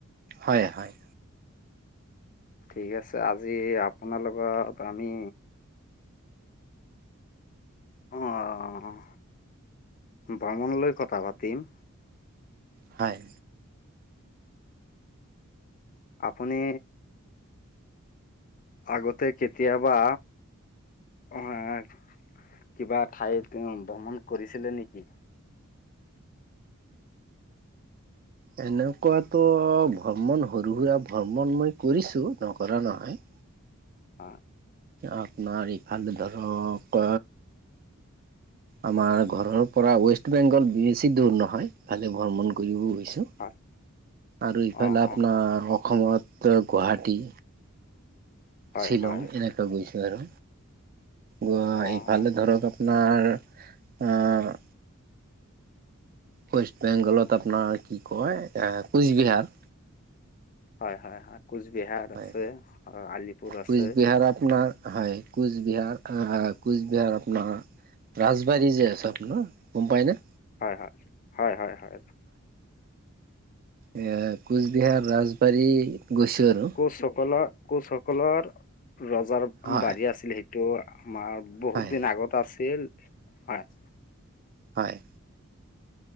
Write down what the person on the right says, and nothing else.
হয়, হয়,
হয়।
এনেকুৱাতো ভ্ৰমণ সৰু সুৰা ভ্ৰমণ মই কৰিছোঁ নকৰা নহয়
আপোনাৰ ইফালে ধৰক আমাৰ ঘৰৰ পৰা ৱেষ্ট বেংগল বেছি দূৰ নহয় ভালে ভ্ৰমণ কৰিবও
আৰু ইফালে
আপোনাৰ
অসমত গুৱাহাটী
শ্বিলং
এনেকুৱা গৈছো আৰু গ
ইফালে
ধৰক আপোনাৰ আহ ৱেষ্ট বেংগলত আপোনাৰ কি কয় এ কোচবিহাৰ
হয়
কোচবিহাৰ আপোনাৰ হয় কোচবিহাৰ, কোচবিহাৰ আপোনাৰ ৰাজবাৰী যে আছে আপোনাৰ গম পায়নে
এ কোচবিহাৰ ৰাজবাৰী গৈছো আৰু
হয়
হয়।
হয়